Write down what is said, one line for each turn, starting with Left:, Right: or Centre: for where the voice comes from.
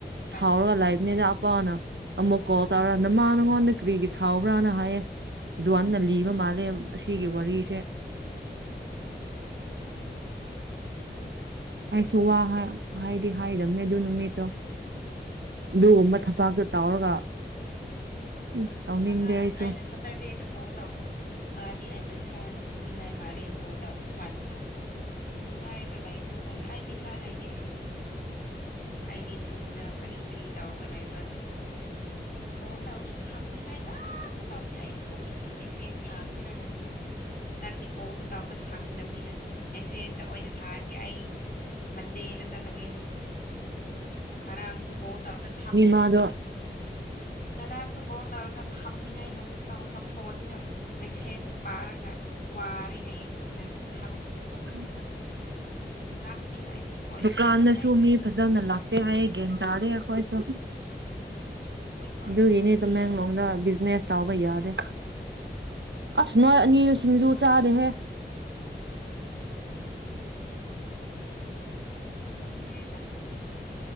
Left: ꯏꯕꯥꯅꯤ
Right: ꯁꯥꯎꯔꯒ ꯂꯥꯏꯛ ꯅꯦꯅ ꯑꯄꯥꯅ ꯑꯃꯨꯛ ꯀꯣꯜ ꯇꯧꯔ ꯅꯃ ꯅꯉꯣꯟꯗ ꯀꯔꯤꯒꯤ ꯁꯥꯎꯕ꯭ꯔꯥꯅ ꯍꯥꯏꯌꯦ ꯍꯑꯋꯥꯟ ꯅꯥ ꯂꯤꯕ ꯃꯥꯜꯂꯦ ꯑꯁꯤꯒꯤ ꯋꯥꯔꯤꯁꯦ
Left: ꯑꯣ
Right: ꯑꯩꯁꯨ ꯋꯥ ꯍꯥꯏꯗꯤ ꯍꯥꯏꯗꯕꯅꯦ ꯑꯗꯨ ꯅꯨꯃꯤꯠꯇꯣ ꯑꯗꯨꯒꯨꯝꯕ ꯊꯕꯥꯛꯇ ꯇꯧꯔꯒ ꯎꯝ ꯇꯧꯅꯤꯡꯗꯦ
Left: ꯅꯍꯥꯟ
Right: ꯑꯩꯁꯨ
Left: ꯑꯩꯅ ꯁꯇꯔꯗꯦꯗ ꯀꯣꯜ ꯇꯧꯕꯗꯣ ꯃꯥꯗꯤ ꯑꯩ ꯄꯩꯁꯥ ꯅꯤꯡꯅꯤꯉꯤꯅꯤꯉꯥꯏ ꯃꯥꯜꯂꯦꯅꯀꯣꯗꯥꯥꯎ ꯐꯅꯤ ꯃꯥꯜꯅꯤ ꯅꯨꯡꯉꯥꯏꯔꯒ ꯂꯩꯕ꯭ꯔꯣ ꯍꯥꯏꯔ ꯑꯩꯥꯏ ꯄꯩꯁꯥ ꯂꯩꯥꯏꯇꯦ ꯍꯥꯏꯌꯦ ꯑꯩꯗꯤ ꯆꯨꯝꯅ ꯀꯔꯤ ꯀꯔꯤ ꯇꯧꯔꯒ ꯂꯩꯕ꯭ꯔꯅ ꯀꯣꯜ ꯇꯧꯅꯤ ꯀꯣꯜ ꯇꯧꯔꯁꯨ ꯊꯝꯅꯤꯡꯉꯥꯏ ꯉꯇ ꯇꯧꯅꯤ ꯑꯩ ꯁꯥꯎꯅꯤꯡꯈꯤ ꯃꯦꯁꯦꯁ ꯊꯥꯔꯁꯤꯔꯍꯟꯅꯤ ꯅꯪꯗꯤ ꯀꯣꯜꯁꯨ ꯇꯥꯎꯕ ꯁꯪꯗꯕꯅꯤꯅ ꯃꯦꯁꯦꯖꯇ ꯑꯣꯏꯅ ꯊꯥꯔꯀꯦ ꯑꯩ ꯃꯟꯗꯦꯗ ꯆꯠꯂꯒꯦꯅ ꯉꯔꯥꯡꯁꯨ ꯀꯣꯜ ꯇꯧꯔꯒ ꯊꯝꯃ
Right: ꯇꯥꯗ꯭ꯔꯣ
Left: ꯉꯔꯥꯡꯁꯨ ꯀꯣꯜ ꯇꯧꯔꯒ ꯊꯝꯅꯤꯉꯥꯏ ꯉꯥꯛꯇ ꯇꯧꯔꯒ ꯐꯣꯟꯒ ꯃꯦꯁꯦꯖꯄꯨ ꯄꯥꯔꯒ ꯋꯥꯔꯦ ꯍꯥꯏꯌꯦ ꯗꯨꯅ ꯗꯨꯝ ꯊꯝꯈ꯭ꯔꯦ
Right: ꯑ <inaudible>
Left: ꯉꯥꯛꯇꯤ ꯉꯥꯛꯑꯦ ꯄꯤꯊꯣꯛꯑꯦ ꯑꯩꯈꯣꯏꯒ
Right: ꯗꯨꯀꯥꯟꯗꯁꯨ
Left: ꯍꯥꯏ
Right: ꯃꯤ ꯐꯖꯅ ꯂꯥꯛꯇꯦ ꯍꯥꯏꯌꯦ ꯒ꯭ꯌꯥꯟ ꯇꯥꯗꯦ ꯑꯩꯈꯣꯏꯁꯨ
Left: ꯄꯨꯏꯊꯣꯛꯗꯤ
Right: ꯑꯗꯨꯒꯤꯅꯤ ꯇꯃꯦꯡꯂꯣꯡꯗ ꯕꯤꯖꯅꯦꯁ ꯇꯥꯎꯕ ꯌꯥꯗꯦ ꯑꯁ
Left: ꯅꯨꯡꯇꯤ
Right: ꯅꯣꯏ ꯑꯅꯤ ꯁꯤꯡꯖꯨ ꯆꯥꯗꯦꯍꯦ
Left: ꯍꯪꯗ꯭ꯔꯦꯗ